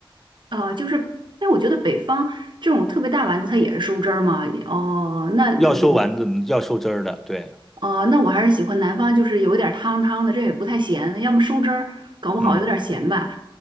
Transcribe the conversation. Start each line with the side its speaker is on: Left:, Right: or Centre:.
Right: 呃，就是，但我觉得北方这种特别大丸子它也是收汁儿嘛。哦，那我
Centre: 要收丸子，要收汁儿的，对，
Right: 哦，那我还是喜欢南方，就是有点儿汤汤的，这也不太咸，要么收汁儿，搞不好有点儿咸吧。
Centre: 嗯